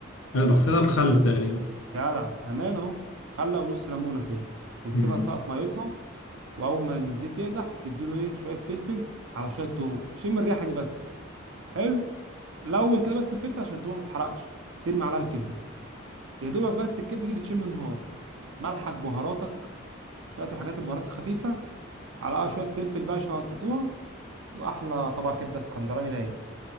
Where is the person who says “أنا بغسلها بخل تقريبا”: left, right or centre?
Left